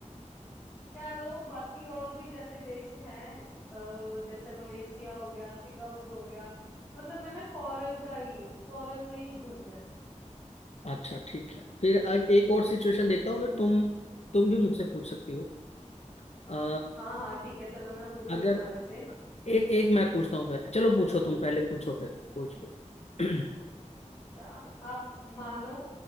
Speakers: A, on the left; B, on the left.
A: क्या लो बाकी और भी जैसे देश हैं अ, जैसे मलेशिया हो गया सिंगापुर हो गया मतलब मैंने फॉरेन का ही फॉरेन में ही घूमना है
B: अच्छा ठीक है फिर अ- एक और सिचुएशन देखता हूँ फिर तुम तुम भी मुझसे पूछ सकती हो अ,
A: हाँ हाँ ठीक है चलो मैं पूछती
B: अगर
A: हूँ तुम्हारे से
B: एक एक मैं पूछता हूँ पहले चलो पूछो तुम पहले पूछो फिर पूछ लो <clears throat>
A: तो आ- आप मानो